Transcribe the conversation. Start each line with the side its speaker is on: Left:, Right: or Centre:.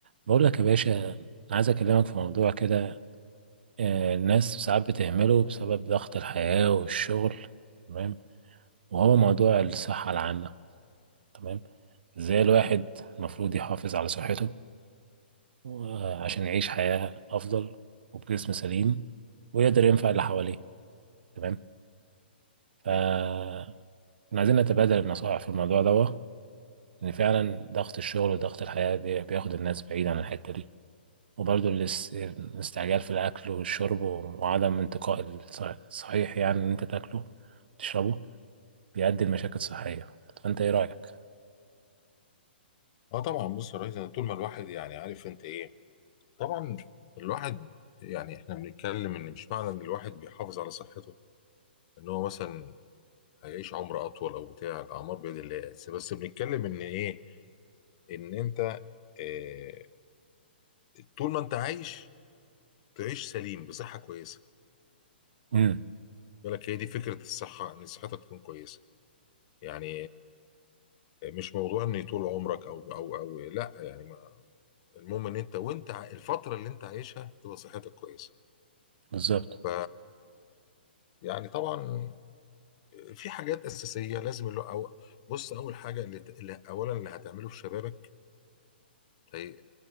Right: بقول لك يا باشا عايز اكلمك في موضوع كده آه، الناس ساعات بتهمله بسبب ضغط الحياة والشغل تمام وهو موضوع الصحة العامة تمام ازاي الواحد المفروض يحافظ على صحته آه، عشان يعيش حياة افضل وبجسم سليم ويقدر ينفع اللي حواليه تمام ف إحنا
Left: أيوة.
Right: عايزين نتبادل النصائح في الموضوع ده لان فعلا ضغط الشغل وضغط الحياة بي- بياخد الناس بعيد عن الحتة دي وبرضه الاس- الاستعجال في الأكل والشرب و- وعدم انتقاء الص- الصحيح يعني إن أنت تاكله وتشربه بيؤدي لمشاكل صحية فأنت إيه رأيك؟
Left: اه طبعا بص يا ريس أنا طول ما الواحد يعني عارف انت ايه طبعا الواحد يعني احنا بنتكلم ان مش معنى ان الواحد بيحافظ على صحته ان هو مثلا هيعيش عمر اطول او بتاع الاعمار بيد الله بس بس بنتكلم ان ايه ان انت اه طول ما انت عايش تعيش سليم بصحه كويسه
Right: امم
Left: بالك هي دي فكره الصحه ان صحتك تكون كويسه يعني آه، مش موضوع ان طول عمرك او او او لا يعني ما المهم ان انت وانت ع- الفتره اللي انت عايشها تبقى صحتك كويسه
Right: بالظبط
Left: ف يعني طبعا في حاجات اساسيه لازم اللي أو بص اول حاجه اللي, ت- اللي اولا اللي هتعمله في شبابك هي